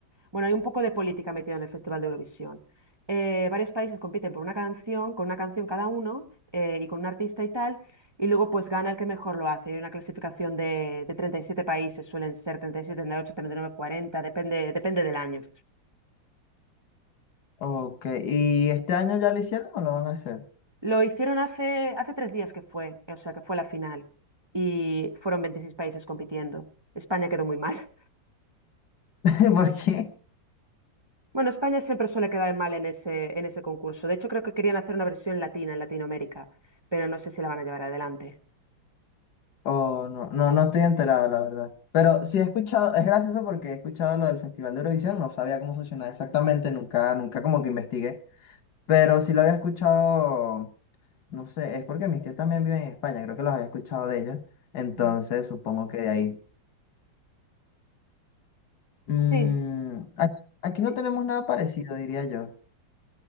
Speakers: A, on the right (about 45°); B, on the left (about 60°).
A: Bueno, hay un poco de política metida en el Festival de Eurovisión. Eh, varios países compiten por una canción, con una canción cada uno eh, y con un artista y tal, y luego pues gana el que mejor lo hace. Hay una clasificación de, de 37 países, suelen ser treinta treinta y y siete, treinta y ocho, treinta y nueve, cuarenta, depende, depende del año.
B: Ok, ¿y este año ya lo hicieron o lo van a hacer?
A: Lo hicieron hace, hace tres días que fue, o sea, que fue la final, y fueron 26 países compitiendo. España quedó muy mal.
B: <laughs> ¿Por qué?
A: Bueno, España siempre suele quedar mal en ese, en ese concurso. De hecho, creo que querían hacer una versión latina en Latinoamérica, pero no sé si la van a llevar adelante.
B: Oh, no, no, no estoy enterado, la verdad. Pero sí he escuchado, es gracioso porque he escuchado lo del Festival de Eurovisión, no sabía cómo funcionaba exactamente, nunca, nunca como que investigué. Pero sí lo había escuchado, no sé, es porque mis tíos también viven en España, creo que los había escuchado de ellos. Entonces
A: Mm.
B: supongo que de ahí. Mm,
A: Sí,
B: ac- aquí no
A: sí,
B: tenemos nada parecido, diría yo.